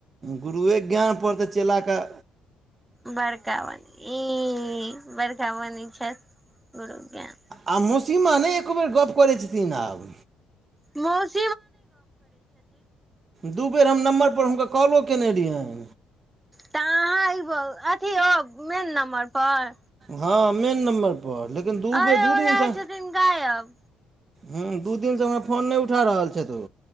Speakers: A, on the right; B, on the right.
A: गुरुए ज्ञान पर तऽ चेला कऽ,
B: बड़का बनी ई बड़काबोने छऐथ गुरु ज्ञान।
A: आ मौसीमां नहि एको बेर गप्प करै छथिन आब।
B: मौस
A: दू बेर हम नम्बर पर हुनकर कॉलो केने रहियैन।
B: तऽ अहाँ इब अथी ओ मेन नम्बर पर
A: हँ मेन नम्बर पर, लेकिन दू
B: अरे
A: बेर दू
B: ओ
A: दिनसँ
B: रहै छथिन गायब
A: हम्म दू दिन सँ हमर फोन नहि उठा रहल छैथ ओ